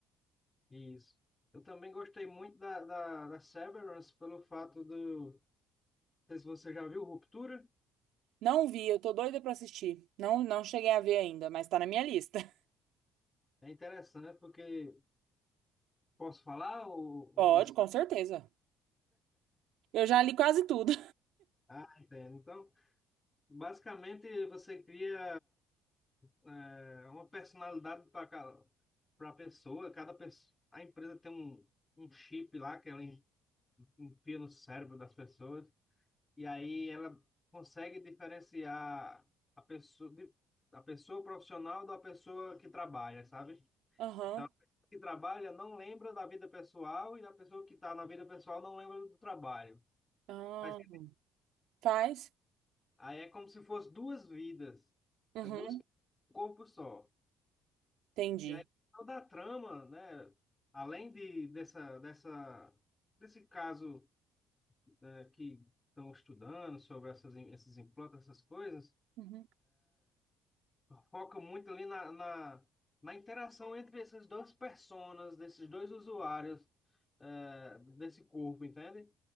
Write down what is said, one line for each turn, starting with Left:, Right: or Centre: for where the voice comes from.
Left: Isso. Eu também gostei muito da, da, da Severance pelo fato do. Não sei se você já viu Ruptura.
Right: Não vi, eu tô doida pra assistir. Não, não cheguei a ver ainda, mas tá na minha lista. <laughs>
Left: É interessante porque. Posso falar? Ou,
Right: Pode,
Left: ou-
Right: com certeza. Eu já li quase tudo.
Left: Ah, entendo. Então, basicamente, você cria é, uma personalidade para cada pra pessoa. Cada pessoa. A empresa tem um, um chip lá que ela en- enfia no cérebro das pessoas. E aí ela consegue diferenciar a pessoa, de- a pessoa profissional da pessoa que trabalha, sabe?
Right: <laughs> Aham.
Left: Então, a pessoa que trabalha não lembra da vida pessoal e a pessoa que está na vida pessoal não lembra do trabalho.
Right: Ah,
Left: Mas
Right: faz?
Left: Aí é como se fosse duas vidas,
Right: Uhum.
Left: é duas um corpo só.
Right: Entendi.
Left: E aí toda a trama, né? Além de dessa dessa desse caso né, que estão estudando sobre essas esses implantes, essas coisas
Right: Uhum.
Left: Foca muito ali na, na, na interação entre essas duas personas, desses dois usuários, é, desse corpo, entende?